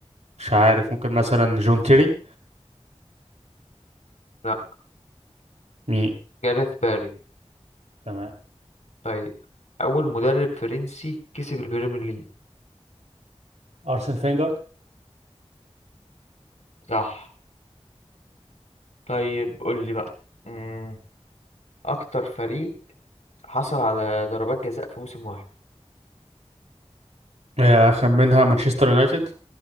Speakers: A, on the right; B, on the left.
A: مش عارف ممكن مثلا جون تيري
B: لأ
A: مي
B: جاريث باري
A: تمام
B: طيب أول مدرب فرنسي كسب البريمير ليج
A: ارسن فينجر
B: صح طيب قول لي بقى مم. أكتر فريق حصل على ضربات جزاء في موسم واحد
A: آه خمنها مانشستر يونايتد